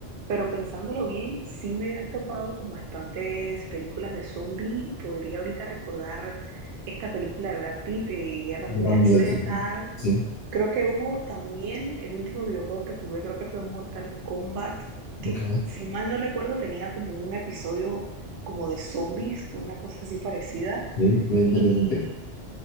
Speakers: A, on the right; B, on the left.
A: pero pensándolo bien, sí me he topado con bastantes películas de zombie. Podría ahorita recordar esta película de Brad Pitt, eh, Guerra Mundial
B: Hablamos
A: Z,
B: de eso, Sí,
A: Creo que hubo también el último videojuego que jugué, creo que fue Mortal Kombat, que
B: ok,
A: si mal no recuerdo tenía como un episodio como de zombies, una cosa así parecida.
B: sí, muy interesante.
A: Y,